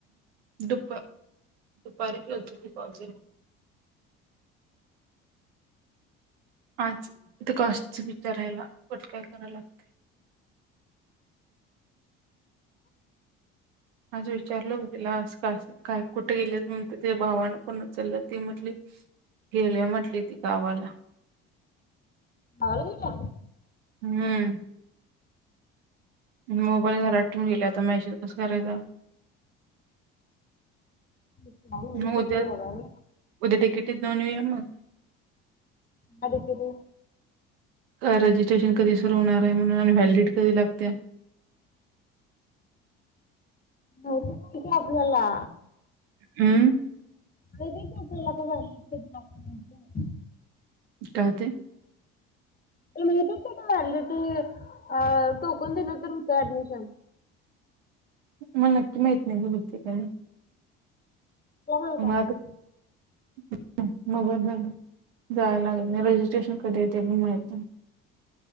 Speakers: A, on the right (about 85°); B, on the left (about 30°).
A: दुप दुपारी कलते त कॉलते. आजथ कास्च विचारायला कठ काय कराय लागते. आजं विचारलं तिला अस का काय कुठे गेले म्हणते त भावानं पण उचललं ती म्हटली गेल्या म्हटली ती गावाला.
B: गावाला गेल्या
A: हम्म मोबाईल घरात ठेऊन गेल्या आता मॅसेज कस करायचा.
B: भेटला काय नाही
A: मग
B: सगळं
A: उद्या
B: मोबाईल
A: उद्या डी के टी जाऊन येऊया मग.
B: डी के टी
A: रजिस्ट्रेशन कधी सुरू होणार आहे म्हण अनव्हलिड कधी लागते.
B: कळतय की आपणला
A: हम्म
B: कळल आपल्याला व्हॅलिडीटी कधी लागते
A: काय ते
B: ते माहिती आहे का आता ऑर्गेटी अ टोकन दिलं तर होतंय ऍडमिशन.
A: मला नक्की माहित नाही, मग बघते काय.
B: तुला माहित
A: मग
B: आहे
A: <inaudible> मग बरं झालं जायायला लागत नाही. रजिस्ट्रेशन कधी आहे ते पण माहित नाही.